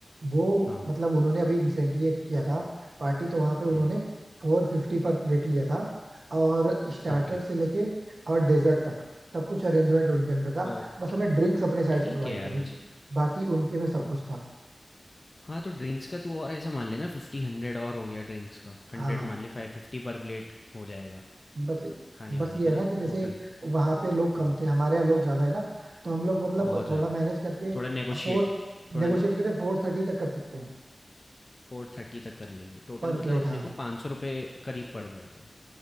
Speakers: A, on the right; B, on the left.
A: वो
B: हाँ।
A: मतलब उन्होंने अभी रिसेंटली एक किया था पार्टी तो वहां पे उन्होंने
B: हुँ।
A: फोर फिफ्टी पर प्लेट लिया था और स्टार्टर
B: ओके।
A: से लेके और डेजर्ट तक सब कुछ अरेंजमेंट उनके अंडर था
B: ओके,
A: बस हमें ड्रिंक्स अपने साइड
B: ठीक
A: से प्रोवाइड
B: है यार
A: करनी
B: वैसे।
A: थी बाकी उनके में सब
B: ओ
A: कुछ था
B: हाँ, तो ड्रिंक्स का तू और ऐसा मान ले ना 50-100 और हो गया ड्रिंक्स का, 100
A: हाँ
B: मान ले 550 पर प्लेट हो जाएगा,
A: बस
B: खाने-वाने
A: बस ये
B: का
A: है
B: ना
A: ना कि जैसे
B: टोटल।
A: वहां पे लोग कम
B: हाँ,
A: थे हमारे यहाँ लोग ज्यादा है ना तो हम लोग मतलब
B: बहुत ज़्यादा
A: थोड़ा
B: है।
A: मैनेज करके
B: थोड़ा नेगोशिएट
A: फोर
B: थोड़ा
A: नेगोशिएट करके फोर थर्टी तक कर सकते हैं
B: 430 तक कर लेंगे, टोटल
A: पर
B: मतलब
A: प्लेट
B: अपने
A: हाँ
B: को ₹500 करीब पड़ जाएगा।